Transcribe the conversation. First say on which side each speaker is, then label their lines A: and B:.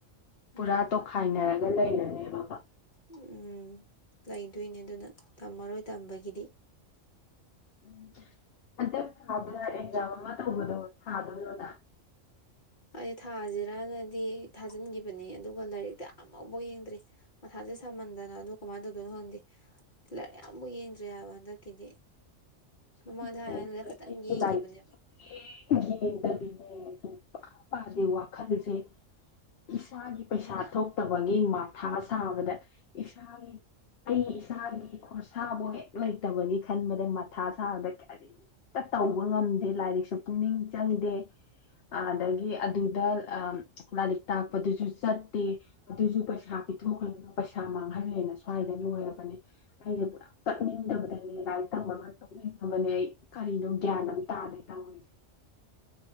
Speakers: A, on the left; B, on the left.
A: ꯄꯨꯔꯥ
B: ꯎꯝ
A: ꯇꯣꯈꯥꯏꯅ ꯌꯥꯔꯒ ꯂꯩꯔꯅꯦꯕꯀꯣ
B: ꯎꯝ ꯂꯩꯗꯣꯏꯅꯦ ꯑꯗꯨꯅ ꯇꯝꯃꯔꯣꯏ ꯇꯝꯕꯒꯤꯗꯤ
A: ꯎꯝ ꯍꯟꯗꯛ ꯊꯥꯗ ꯑꯦꯛꯖꯥꯝ ꯑꯃ ꯇꯧꯕꯗꯣ ꯊꯥꯗꯣꯏꯔꯣ ꯅ
B: ꯑꯩꯖꯦ ꯊꯥꯖꯤꯔꯅꯗꯤ ꯊꯥꯖꯤꯟꯒꯤꯕꯅꯦ ꯑꯗꯨꯒ ꯂꯥꯏꯔꯤꯛꯇꯤ ꯑꯃꯕꯧ ꯌꯦꯡꯗ꯭ꯔꯤ ꯃꯊꯥꯖꯦ ꯁꯥꯃꯟꯗꯅ ꯑꯗꯣ ꯀꯃꯥꯏ ꯇꯧꯗꯣꯏꯅꯣ ꯈꯪꯗꯦ ꯂꯥꯏꯔꯤꯛ ꯑꯝꯕꯧ ꯌꯦꯡꯗ꯭ꯔꯤ ꯍꯥꯏꯕ ꯍꯟꯗꯛꯀꯤꯗꯤ
A: ꯆꯞ
B: ꯃꯃꯥꯡꯗ
A: ꯃꯥꯟꯅꯔꯤꯅꯦ
B: ꯍꯥꯏ ꯍꯥꯏꯅ ꯈꯇꯪ
A: ꯑꯩꯖꯨ
B: ꯌꯦꯡꯈꯤꯕꯅꯦꯕ
A: ꯂꯥꯔꯤꯛ ꯁꯨꯌꯦꯡ ꯌꯦꯡꯗꯕꯤꯅꯦ ꯁꯨꯡꯄꯥ ꯄꯥꯗꯦ ꯋꯥꯈꯜꯖꯦ ꯏꯁꯥꯒꯤ ꯄꯩꯁꯥ ꯊꯣꯛ ꯇꯕꯒꯤ ꯃꯊꯥ ꯁꯥꯕꯗ ꯏꯁꯥꯒꯤ ꯑꯩ ꯏꯁꯥꯒꯤ ꯈꯣꯔꯁꯥꯕꯨ ꯍꯦꯛ ꯂꯩꯇꯕꯒꯤ ꯈꯟꯕꯗ ꯃ ꯃꯊꯥ ꯁꯥꯕꯗ ꯀꯔꯤꯝꯇ ꯇꯧꯕ ꯉꯝꯗꯦ ꯂꯥꯏꯔꯤꯛꯁꯨ ꯄꯨꯛꯅꯤꯡ ꯆꯪꯗꯦ ꯑꯥꯗꯒꯤ ꯑꯗꯨꯗ ꯂꯥꯏꯔꯤꯛ ꯇꯥꯛꯄꯗꯨꯖꯨ ꯆꯠꯇꯦ ꯑꯗꯨꯖꯨ ꯄꯩꯁꯥ ꯄꯤꯊꯣꯛꯈ꯭ꯔꯒ ꯄꯩꯁꯥ ꯃꯥꯡꯍꯜꯂꯦꯅ ꯁ꯭ꯋꯥꯏꯗ ꯂꯣꯏꯔꯕꯅꯦ ꯑꯩꯖꯦ ꯄꯨꯔꯥ ꯆꯠꯅꯤꯡꯗꯕꯗꯅꯦ ꯂꯥꯏꯔꯤꯛ ꯇꯝꯕꯒ ꯇꯣꯛꯅꯤꯡꯉꯕꯅꯦ ꯑꯩ ꯀꯔꯤꯅꯣ ꯒ꯭ꯌꯥꯟ ꯑꯃ ꯇꯥꯗꯦ ꯇꯧꯔꯤꯖꯦ